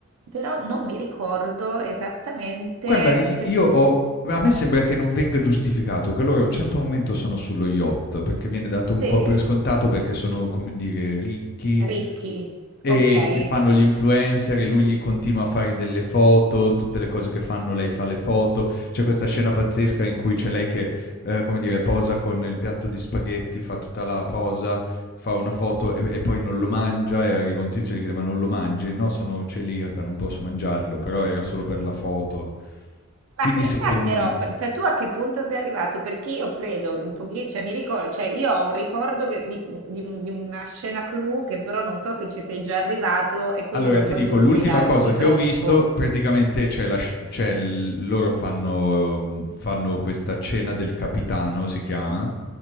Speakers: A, on the right; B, on the left.
A: però non mi ricordo esattamente
B: Guarda i
A: eh, perché-
B: io ho a me sembra che non venga giustificato, che loro a un certo momento sono sullo yacht, perché viene dato un
A: Sì?
B: po' per scontato perché sono, come dire, ricchi,
A: Ricchi,
B: Ehm,
A: okay.
B: e fanno gli influencer e lui gli continua a fare delle foto, tutte le cose che fanno lei fa le foto. C'è questa scena pazzesca in cui c'è lei che, ehm, come dire, posa con il piatto di spaghetti, fa tutta la posa, fa una foto e e poi non lo mangia e arriva un tizio e gli chiede: "Ma non lo mangi?" "No, sono celiaca, non posso mangiarlo", però era solo per la foto. Quindi
A: Ma mi
B: secondo
A: sa però,
B: me
A: pe
B: mh.
A: pe tu a che punto sei arrivato? Perché io credo che un pochi cioè mi ricor cioè io ho un ricordo che di mhmm, di un di una scena clou che però non so se ci sei già arrivato e quindi
B: Allora
A: non
B: ti
A: voglio
B: dico, l'ultima
A: svelarti
B: cosa che
A: troppo.
B: ho visto praticamente c'è la sc c'è l loro fanno mhmm, fanno questa cena del capitano, si chiama,